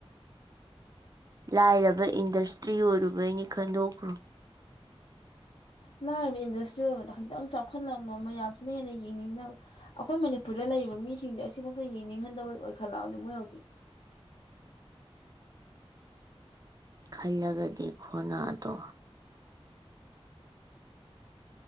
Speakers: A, on the right (about 35°); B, on the left (about 70°).
A: ꯂꯥꯏꯔꯕ ꯏꯟꯗꯁꯇ꯭ꯔꯤ ꯑꯣꯏꯔꯨꯕꯩꯅꯤ ꯈꯟꯗꯣꯛꯈ꯭ꯔꯣ
B: ꯂꯅꯥꯔꯤꯕ ꯏꯟꯗꯁꯇ꯭ꯔꯤ ꯑꯣꯏꯕꯗꯣ ꯈꯤꯇꯪ ꯆꯥꯎꯈꯠꯂꯛꯅꯕ ꯃꯌꯥꯝꯁꯤꯅ ꯍꯦꯟꯅ ꯌꯦꯡꯅꯤꯡꯗꯕ ꯑꯩꯈꯣꯏ ꯃꯅꯤꯄꯨꯔꯗ ꯂꯩꯔꯤꯕ ꯃꯤꯁꯤꯡꯁꯦ ꯑꯁꯤꯐꯥꯎꯛꯇ ꯌꯦꯡꯅꯤꯡꯍꯟꯗꯕ ꯑꯣꯏꯈꯠꯂꯛꯑꯕꯅꯦ ꯃꯣꯏ ꯍꯧꯖꯤꯛ
A: ꯈꯜꯂꯒꯗꯤ ꯈꯣꯟꯅꯥꯗꯣ